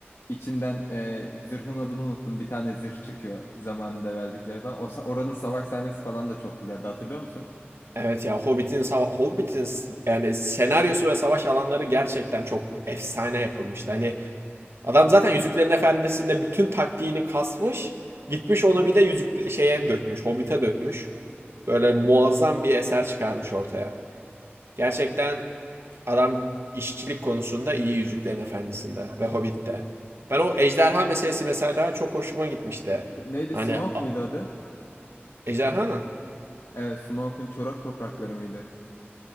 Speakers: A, on the left; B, on the right.
A: İçinden eee, zırhın adını unuttum. Bir tane zırh çıkıyor zamanında verdikleri falan. O, sa- oranın savaş sahnesi falan da çok güzeldi. Hatırlıyor musun?
B: Evet ya Hobbit'in sava- Hobbit'in s- yani senaryosu ve savaş alanları gerçekten çok efsane yapılmıştı. Hani adam zaten Yüzüklerin Efendisi'nde bütün taktiğini kasmış, gitmiş onu bir de yüzük şeye dökmüş, Hobbit'e dökmüş. Böyle
A: Hı
B: muazzam
A: hı.
B: bir eser çıkarmış ortaya. Gerçekten adam işçilik konusunda iyi Yüzüklerin Efendisi'nde ve
A: Eee,
B: Hobbit'te. Ben o ejderha meselesi mesela çok hoşuma gitmişti.
A: neydi?
B: Hani
A: Smoke
B: a-
A: muydu adı?
B: ejderhanın
A: Evet, Smoke'un çorak toprakları mıydı?